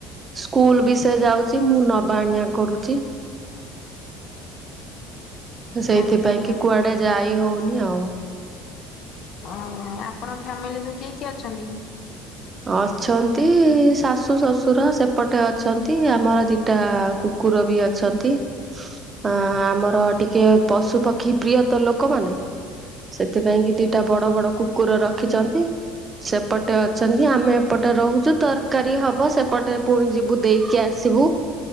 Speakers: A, on the right; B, on the left.
A: ସ୍କୁଲ ବି ସେ ଯାଉଛି ମୁଁ ନବା ଆଣିବା କରୁଛି ସେଇଥିପାଇଁ
B: ଆଜ୍ଞା ଆଜ୍ଞା।
A: କି କୁଆଡେ ଯାଇ ହଉନି ଆଉ
B: ଆଉ ଆପଣ ଫ୍ୟାମିଲି ରେ ସବୁ କିଏ କିଏ ଅଛନ୍ତି?
A: ଅଛନ୍ତି ଶାଶୁ ଶଶୁର ସେପଟେ ଅଛନ୍ତି ଆମର ଦିଟା କୁ କୁର ବି ଅଛନ୍ତି। ଅଁ ଆମର ଟିକେ ପଶୁପକ୍ଷୀ ପ୍ରିୟ ତ ଲୋକମାନେ ସେଥିପାଇଁକି ଦିଟା ବଡ ବଡ କୁକୁର ରଖିଛନ୍ତି। ସେପଟେ ଅ ଛନ୍ତି ଆମେ ଏପଟେ ରହୁଛୁ। ତରକାରୀ ହବ, ସେପଟେ ପୁଣି ଯିବୁ ଦେଇକି ଆସିବୁ। <inaudible>